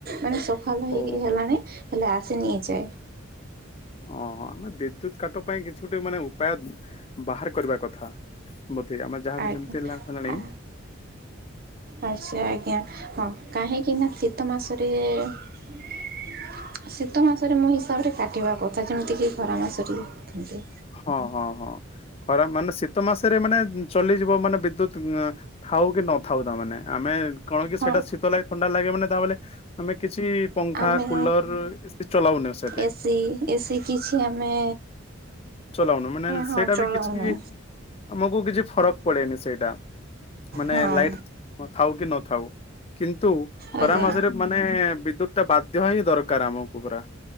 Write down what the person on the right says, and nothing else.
ମାନେ ସ ଭଲ ହେଇକି
ହେଲାଣି। ହେଲେ ଆସିନି ଏଯାଏ।
ଆ
ଆ ଆଛା ଆଜ୍ଞା ହଁ କାହିଁକି ନା ଶୀତ ମାସରେ-ରେ-ରେ ଶୀତ ମାସରେ ମୋ ହିସାବରେ କାଟିବା କଥା ଯେମିତିକି ଖରା ମାସରେ କାଟୁଛନ୍ତି।
ହଁ
ଆମେ
ଏସି ଏସି କିଛି ଆମେ
ହଁ
ଚଲାଉନି
ହଁ
ଆଜ୍ଞା